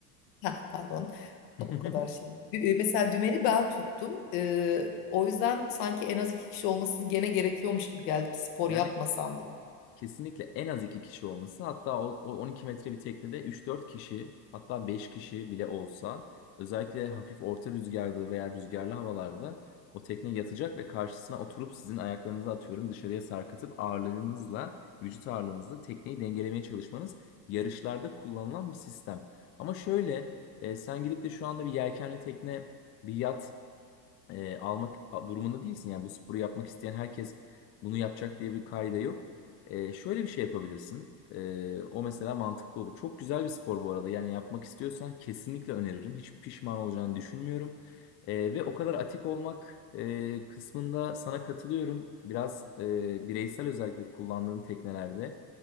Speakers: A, on the left; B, on the left.
A: Ha, pardon. <laughs>
B: <laughs>
A: O kadar şey. Dü- e, Mesela dümeni ben tuttum. Ee, o yüzden sanki en az iki kişi olması gene gerekiyormuş gibi geldi. Bir spor
B: Yani
A: yapmasam bile.
B: Kesinlikle en az iki kişi olması hatta o, o 12 metre bir teknede üç dört kişi hatta 5 kişi bile olsa özellikle hafif orta rüzgarlı veya rüzgarlı havalarda o tekne yatacak ve karşısına oturup sizin ayaklarınızı atıyorum dışarıya sarkıtıp ağırlığınızla vücut ağırlığınızla tekneyi dengelemeye çalışmanız yarışlarda kullanılan bir sistem. Ama şöyle e, sen gidip de şu anda bir yelkenli tekne bir yat e, almak durumunda değilsin. Yani bu sporu yapmak isteyen herkes bunu yapacak diye bir kaide yok. E, şöyle bir şey yapabilirsin. E, o mesela mantıklı olur. Çok güzel bir spor bu arada. Yani yapmak istiyorsan kesinlikle öneririm. Hiç pişman olacağını düşünmüyorum. E, ve o kadar atik olmak e, kısmında sana katılıyorum. Biraz e, bireysel özellikle kullandığın teknelerde,